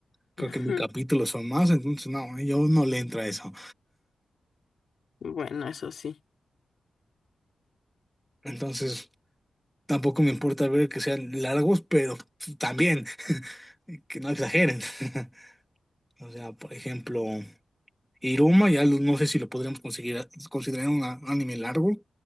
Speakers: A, in the centre; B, on the left.
A: creo
B: <laughs>
A: que mil capítulos son más, entonces no, yo no le entra eso.
B: Ujú. Bueno, eso sí.
A: Entonces... Tampoco me importa ver que sean largos, pero también que no exageren. <laughs> O sea, por ejemplo, Iruma, ya lo- no sé si lo podríamos conseguir considerar un a- anime largo,